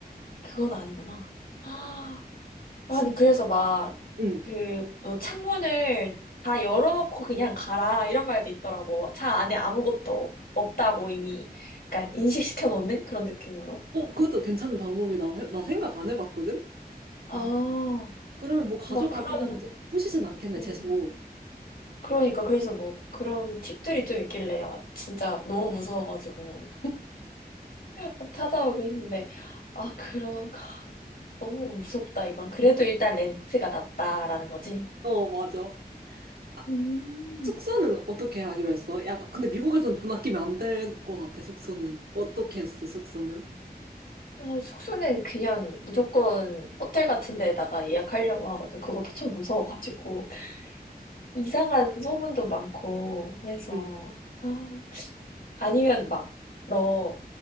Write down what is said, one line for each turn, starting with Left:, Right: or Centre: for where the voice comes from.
Left: 그건 아니구나. 아, 아니
Right: 진짜,
Left: 그래서 막
Right: 응.
Left: 그 뭐 창문을 다 열어놓고 그냥 가라 이런 말도 있더라고. 차 안에 아무것도 없다고 이미 약간 인식시켜 놓는 그런 느낌으로.
Right: 어, 그것도 괜찮은 방법이다. 나 나 생각 안 해봤거든?
Left: 아,
Right: 아, 음. 그러면 뭐 가져가기는
Left: 막 그런,
Right: 하지, 부시진 않겠네,
Left: 음,
Right: 재수.
Left: 그러니까, 그래서 뭐, 그런 팁들이 좀 있길래, 요 진짜 너무 무서워가지고, 막 찾아오고 했는데, 아, 그러, 하, 너무 무섭다, 이건. 그래도 일단 렌트가 낫다라는 거지.
Right: 어, 맞아. 아,
Left: 음,
Right: 숙소는 어떻게 하기로 했어? 약간, 근데 미국에선 돈 아끼면 안 될 것 같아, 숙소는. 어떻게 했어, 숙소는?
Left: 아, 숙소는 그냥 무조건 호텔 같은 데다가 예약하려고 하거든. 그것도 참 무서워가지고, 이상한 소문도 많고 해서,
Right: 응.
Left: 아, 아니면 막, 너,